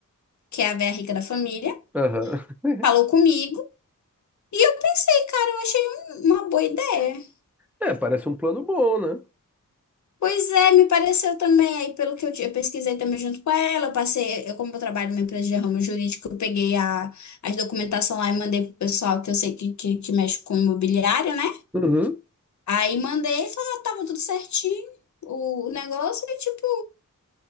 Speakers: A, on the left; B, in the centre.
A: que é a velha rica da família,
B: Aham. <laughs>
A: falou comigo. E eu pensei, cara, eu achei um- uma boa ideia.
B: É, parece um plano bom, né?
A: Pois é, me pareceu também. Aí, pelo que eu, di- eu pesquisei também junto com ela, eu passei, eu, como eu trabalho numa empresa de ramo jurídico, eu peguei a, as documentação lá e mandei pro pessoal que eu sei que, que, que mexe com imobiliário, né?
B: Uhum.
A: Aí mandei e falou, ah, tava tudo certinho. O, o negócio e tipo,